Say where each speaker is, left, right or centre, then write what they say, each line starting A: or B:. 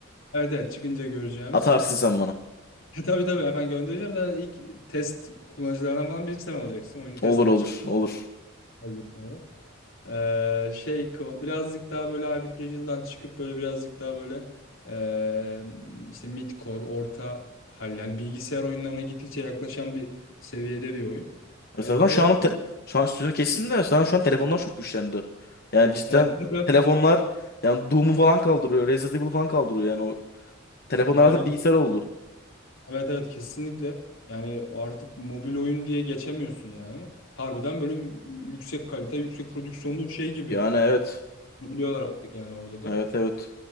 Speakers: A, on the left; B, on the left.
A: evet evet çıkınca göreceğimiz.
B: Atarsın
A: <laughs>
B: sen bana.
A: E, tabii tabii hemen göndereceğim. Zaten ilk test kullanıcılarından falan birisi sen olacaksın. Oyunu test
B: Olur olur olur.
A: edeceğim. Ee, şey kıva- birazcık daha böyle Hyper Casual'dan çıkıp böyle birazcık daha böyle ee, işte mid orta hal yani bilgisayar oyunlarına gittikçe yaklaşan bir seviyede bir oyun. Ee,
B: Zaten
A: heyecan,
B: şu an te- şu an sözünü kestim de şu an, şu an telefonlar çok güçlendi. Yani cidden
A: evet, evet. evet.
B: telefonlar yani Doom'u falan kaldırıyor. Resident Evil'ı falan kaldırıyor. Yani o telefonlar
A: o
B: artık
A: hale
B: bilgisayar oldu.
A: evet evet kesinlikle yani artık mobil oyun diye geçemiyorsun yani. Harbiden böyle yüksek kalite, yüksek prodüksiyonlu bir şey gibi
B: Yani evet.
A: biliyorlar artık yani orada da.
B: Evet evet.